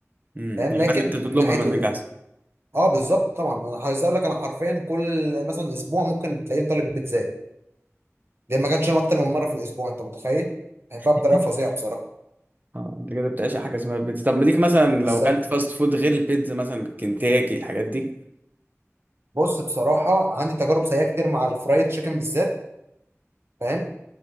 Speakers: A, on the right; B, on the right.
A: امم
B: فاهم
A: يعني
B: لكن
A: مثلا انت تطلبها
B: من ناحيه
A: مثلا
B: ال...
A: جاهزه
B: اه بالظبط طبعا انا عايز اقول لك انا حرفيا كل مثلا اسبوع ممكن تلاقيني طالب بيتزاي ده ما كانش اكتر من مره في الاسبوع انت متخيل بحبها
A: <laughs>
B: بطريقه فظيعه بصراحه
A: اه انت كده بتعيش على حاجه اسمها بيتزا طب ليك مثلا
B: بالظبط
A: لو اكلت فاست فود غير البيتزا مثلا كنتاكي الحاجات دي
B: بص بصراحه عندي تجارب سيئه كتير مع الفرايد تشيكن بالذات فاهم